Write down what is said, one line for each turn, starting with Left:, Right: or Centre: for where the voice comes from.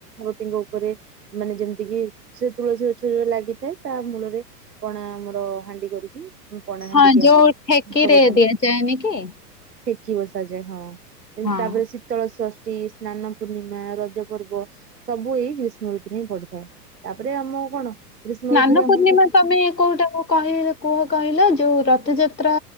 Right: ତେଙ୍କ ଉପରେ ମାନେ ଯେମିତିକି ସେ ତୁଳସୀ ଗଛ ଲାଗିଥାଏ ତା ମୂଳରେ କଣା ଆମର ହାଣ୍ଡି କରିକି ପଣାହାାଣ୍ଡି
Left: ହଁ
Right: ଦିଆ
Left: ଯୋଉ
Right: ହୁଏଠେକି
Left: ଠେକିରେ ଦିଆଯାଏନି କି
Right: ବସାଯାଏ ହଁ
Left: ହଁ
Right: ତାପରେ ଶୀତଳ ଷଷ୍ଠୀ ସ୍ନାନ ପୂର୍ଣ୍ଣିମା ରଜ ପର୍ବ ସବୁ ଏଇ ଗ୍ରୀଷ୍ମ ଋତୁରେ ହିଁ ପଡିଥାଏ ତାପରେ ଆମ କଣ ଗ୍ରୀଷ୍ମ
Left: ନାନ
Right: ଋତୁରେ ଆମକୁ
Left: ପୂର୍ଣିମା ତମେ କୋଉଟାକୁ କହ କୁହ କହିଲ ଯୋଉ ରଥଯାତ୍ରା